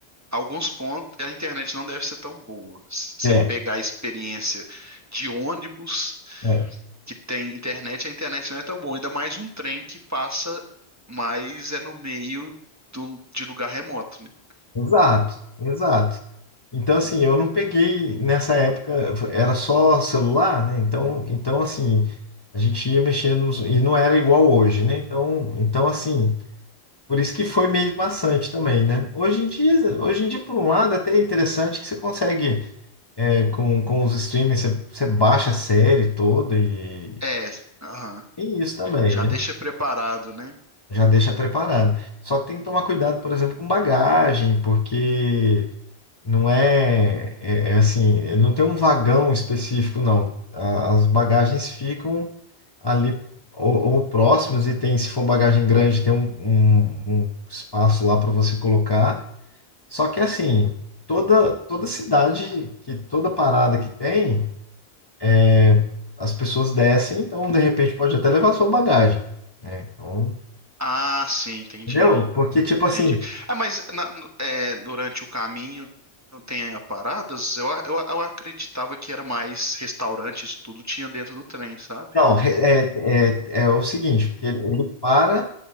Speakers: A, on the right; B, on the left.
A: alguns pontos a internet não deve ser tão boa. Se Você
B: É,
A: pegar a experiência de ônibus.
B: é.
A: que tem internet, a internet não é tão boa. Ainda mais um trem que passa, mas é no meio do- de lugar remoto, né?
B: Exato, exato. Então, assim, eu não peguei nessa época, era só celular, né? Então, então assim, a gente ia mexendo nos- e não era igual hoje, né? Então, então, assim, por isso que foi meio maçante também, né? Hoje em dia, hoje em dia, por um lado, é até interessante que você consegue, é, com, com os streamings, você, você baixa a série toda e
A: É, aham.
B: tem isso também,
A: Já
B: né?
A: deixa preparado, né?
B: Já deixa preparado. Só que tem que tomar cuidado, por exemplo, com bagagem, porque Não é, é, é assim, ele não tem um vagão específico, não. A- As bagagens ficam ali ou, ou próximas e tem, se for bagagem grande, tem um, um- um espaço lá para você colocar. Só que assim, toda toda cidade que toda parada que tem, é, as pessoas descem, então de repente pode até levar sua bagagem, né? Então,
A: Ah, sim, entendi.
B: entendeu? Porque tipo assim,
A: Entendi. Ah, mas na- no- é, durante o caminho não tem paradas? Eu, a- eu, a- eu acreditava que era mais restaurantes, tudo tinha dentro do trem, sabe?
B: não, re- é, é, é o seguinte, porque ele ele para